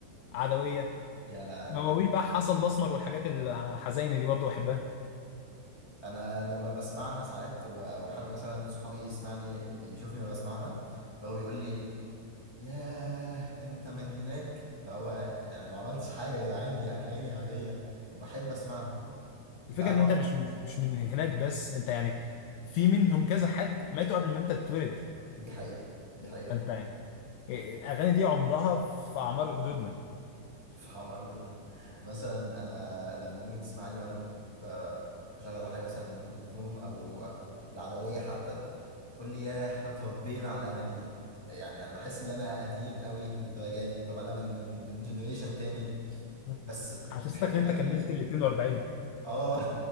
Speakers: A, on the left; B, on the left.
A: عدويه
B: يا لهوي
A: مواويل بقى حسن الاسمر والحاجات الحزينه دي برضو بحبها
B: انا لما بسمعها ساعات و- وحد مثلا من صحابي يسمعني يشوفني وانا بسمعها اللي هو بيقول لي ياه انت من هناك اللي هو انا ما عملتش حاجه يا جدعان دي اغاني عاديه وبحب اسمعها
A: الفكره
B: انت عارف
A: ان
B: برضه-
A: انت مش مش مش من هناك بس انت يعني في منهم كذا حد ماتوا قبل ما انت تتولد
B: دي حقيقه دي حقيقه
A: فانت يعني الاغاني دي عمرها في اعمار جدودنا
B: <laughs> فاهم قوي جدا مثلا انا لما امي تسمعني وانا ب- بشغل حاجه مثلا ام كلثوم او العدويه حتى تقول لي يا احنا اتربينا على الاغاني دي يعني انا بحس ان انا قديم قوي للدرجه دي طب انا من من من جنريشن تاني
A: مم.
B: بس
A: حسستك
B: بحب
A: ان
B: الاغاني
A: انت كملت
B: دي
A: ال 42
B: اه